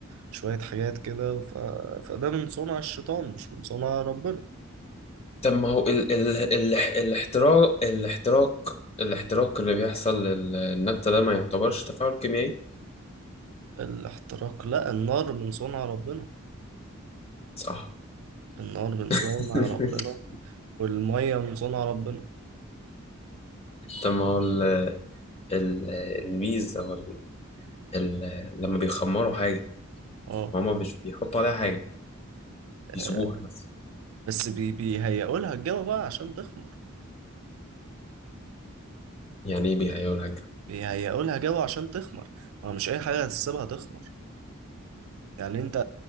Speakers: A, on the right; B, on the left.
A: شوية حاجات كده ف... فده من صنع الشيطان مش من صنع ربنا
B: طب ما هو ال ال ال الاحتراق الاحتراق الاحتراق اللي بيحصل للنبتة ده ما يعتبرش تفاعل كيميائي
A: الاحتراق لا النار من صنع ربنا
B: صح
A: النار من صنع
B: <laughs>
A: ربنا والمية من صنع ربنا
B: طب ما هو ال- ال- البيز او ال ال لما بيخمروا حاجة
A: اه
B: هما مش بيحطوا عليها حاجة
A: آه،
B: بيسيبوها بس
A: بس بي بيهيئوا لها الجو بقى عشان تخمر
B: يعني ايه بيهيئوا لها الجو
A: بيهيئوا لها جو عشان تخمر هو مش اي حاجة هتسيبها تخمر يعني انت